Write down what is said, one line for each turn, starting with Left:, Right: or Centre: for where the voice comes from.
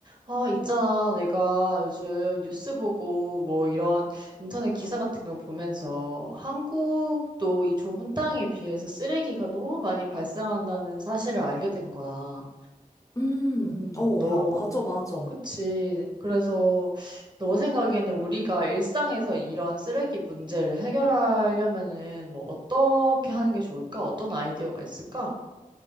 Right: 아, 있잖아. 내가 요즘 뉴스 보고 뭐 이런 인터넷 기사 같은 걸 보면서 한국도 이 좁은 땅에 비해서 쓰레기가 너무 많이 발생한다는 사실을 알게 된 거야.
Left: 음,
Right: 음,
Left: 어,
Right: 너.
Left: 야, 맞아, 맞아.
Right: 그치. 그래서 너 생각에는 우리가 일상에서 이런 쓰레기 문제를 해결하려면은 뭐 어떻게 하는 게 좋을까? 어떤 아이디어가 있을까?